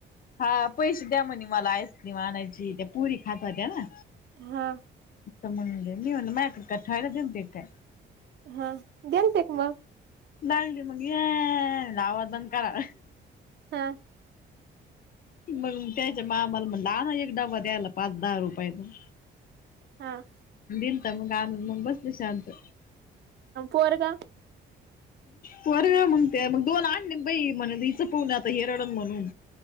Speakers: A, on the left (about 45°); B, on the right (about 60°).
A: हा पैसे द्या म्हणी मला आईस्क्रीम आणायची त्या पोरी खात होत्या ना.
B: हा
A: अता म्हणल मी म्हणल मायापशी काय ठेवायला दीलते काय?
B: हां द्यायचे की मग.
A: लागली मग या म्हणल आवाज बंद करा.
B: हां
A: मग त्यांच्या मामाला म्हणल आणा एक डबा द्यायला पाच दहा रुपयाचा.
B: हां
A: दिलता मग आनून मग बसली शांत.
B: पोरगा
A: पोरग म्हणते मग दोन आणलेत बाई म्हणल हिच पाहून आता हेि रडण म्हणून